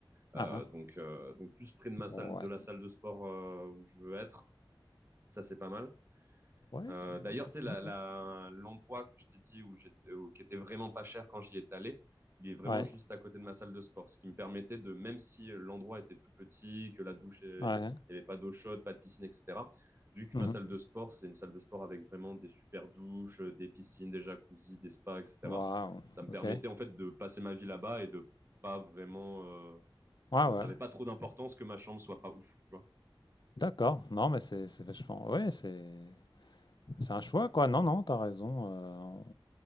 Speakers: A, on the right; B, on the left.
A: Euh,
B: Ah, ah.
A: donc, euh, donc plus près de ma salle,
B: Ouais,
A: de la salle de sport euh, où je veux être, ça c'est pas mal.
B: ouais,
A: Euh, d'ailleurs, tu sais, la-
B: ouais,
A: la- l'endroit que je t'ai dit où j'étais, où- qui était vraiment pas cher quand j'y étais allé, il est vraiment
B: ouais,
A: juste à côté de ma salle de sport, ce qui me permettait de, même si euh, l'endroit était tout petit, que la douche, euh,
B: ouais.
A: il y a- il y avait pas d'eau chaude, pas de piscine, etc. Vu que
B: Mhm.
A: ma salle de sport, c'est une salle de sport avec vraiment des super douches, euh, des piscines, des jacuzzis, des spas, etc.
B: Wow,
A: Ça me permettait
B: ok. Ouais,
A: en fait de passer ma vie là-bas et de pas vraiment euh,
B: ouais.
A: euh, ça n'avait pas trop d'importance que ma chambre soit pas ouf, tu vois.
B: D'accord. Non, mais c'est c'est vachement. Ouais, c'est c'est un choix, quoi. Non, non, t'as raison. euh, on-